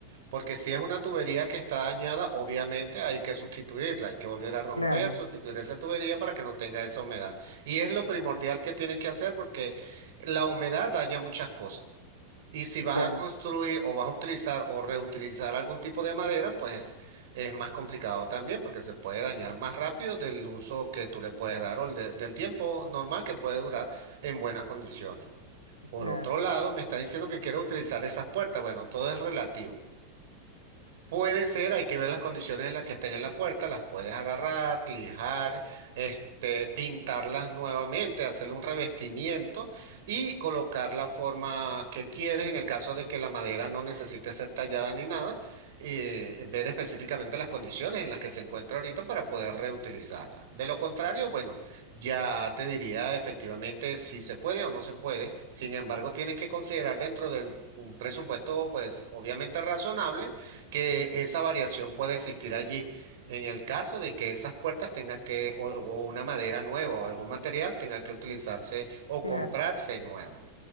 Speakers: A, on the right; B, on the left.
A: porque si es una tubería que está dañada, obviamente hay que sustituirla, hay que volver a romper,
B: Claro,
A: sustituir esa tubería para que no tenga esa humedad. Y es lo primordial que tienes que hacer porque la humedad daña muchas cosas. Y si vas
B: ya,
A: a construir o vas a utilizar o reutilizar algún tipo de madera, pues es más complicado también porque se puede dañar más rápido del uso que tú le puedes dar o el de- del tiempo normal que puede durar en buenas condiciones. Por
B: claro,
A: otro lado, me estás diciendo que quieres utilizar esas puertas. Bueno, todo es relativo. Puede ser, hay que ver las condiciones en las que estén en la puerta, las puedes agarrar, lijar, este, pintarlas nuevamente, hacerle un revestimiento y colocar la forma que quieres en el caso de que la madera no necesite ser tallada ni nada, eh, ver específicamente las condiciones en las que se encuentra ahorita para poder reutilizarla. De lo contrario, bueno, ya te diría efectivamente si se puede o no se puede. Sin embargo, tienes que considerar dentro de un presupuesto, pues obviamente razonable que esa variación puede existir allí. En el caso de que esas puertas tengan que, o, o una madera nueva o algún material tenga que utilizarse o
B: claro.
A: comprarse nuevo.